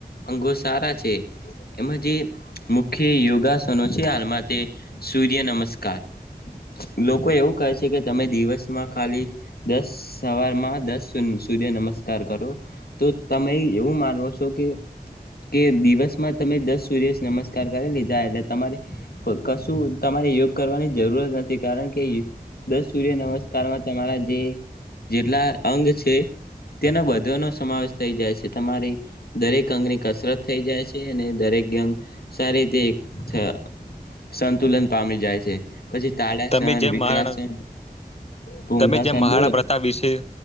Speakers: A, on the left; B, on the left.
A: અંગો સારા છે. એમાં જે મુખ્ય યોગાસનો છે, હાલમા તે સૂર્ય નમસ્કાર લોકો એવું કહે છે, કે તમે દિવસમાં ખાલી દસ સવારમાં દસ સૂર્ય નમસ્કાર કરો, તો તમે એવું માનવો છો, કે દિવસમા તમે દસ સૂર્ય નમસ્કાર કરી લીધા એટલે તમારે કશું, તમારે યોગ કરવાની નથી, કારણ કે દસ સૂર્ય નમસ્કારમાં તમારા જે જેટલા અંગ છે, તેના બધોનો સમાવેશ થઈ જાય છે, તમારે દરેક અંગની કસરત થઈ જાય છે, અને દરેક અંગ સારી રીતે આસંતુલન પામી જાય છે. પછી તાળાસન
B: તમે જેમ મહારાણા
A: વિકરાસન ભૂંગાસન
B: તમે જેમ મહારાણા
A: બોલો
B: પ્રથા વિશે,